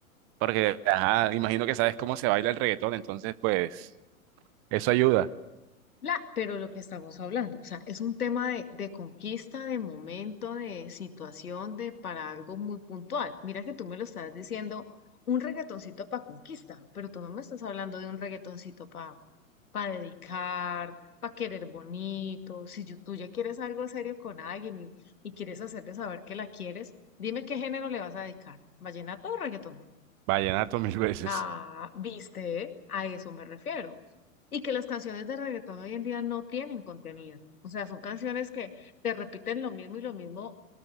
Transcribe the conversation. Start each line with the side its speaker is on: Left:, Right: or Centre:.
Right: porque, ajá, imagino que sabes cómo se baila el reggaetón, entonces, pues, eso ayuda.
Left: La, pero lo que estamos hablando, o sea, es un tema de, de conquista, de momento, de situación, de para algo muy puntual. Mira que tú me lo estás diciendo, un reggaetoncito para conquista, pero tú no me estás hablando de un reggaetoncito para para dedicar, para querer bonito. Si yo- tú ya quieres algo serio con alguien y, y quieres hacerle saber que la quieres, dime qué género le vas a dedicar, vallenato o reggaetón.
Right: Vallenato mil veces.
Left: Ah, viste, a eso me refiero. Y que las canciones de reggaetón hoy en día no tienen contenido. O sea, son canciones que te repiten lo mismo y lo mismo,